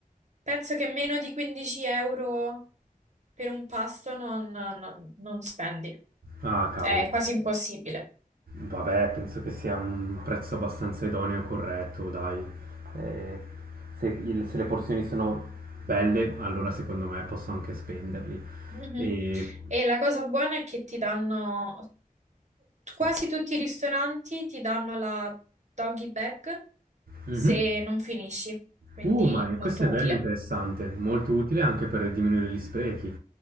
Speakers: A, on the right; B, on the right.
A: penso che meno di 15 euro per un pasto non, non- non spendi.
B: Ah, cavolo.
A: È quasi impossibile.
B: Vabbè, penso che sia un prezzo abbastanza idoneo e corretto, dai. Eh, se, il- se le porzioni sono belle, allora secondo me posso anche spenderli.
A: Mhm.
B: E...
A: E la cosa buona è che ti danno, quasi tutti i ristoranti ti danno la doggy bag
B: Mhm.
A: se non finisci, quindi
B: Uh, ma
A: molto
B: questo è
A: utile.
B: bello e interessante, molto utile anche per diminuire gli sprechi.